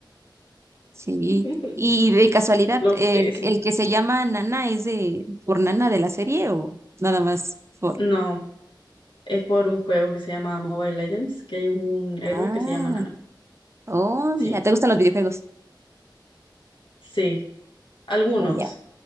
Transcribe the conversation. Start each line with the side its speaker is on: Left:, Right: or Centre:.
Right: Sí.
Left: <laughs>
Right: Y de casualidad,
Left: Los
Right: ¿el,
Left: peces.
Right: el que se llama Nana es de por Nana de la serie o nada más por?
Left: No, es por un juego que se llama Mobile Legends, que hay un
Right: Ah,
Left: héroe que se llama Nana.
Right: oh,
Left: Sí,
Right: mira, ¿te gustan los videojuegos?
Left: sí, algunos.
Right: Oh, ya.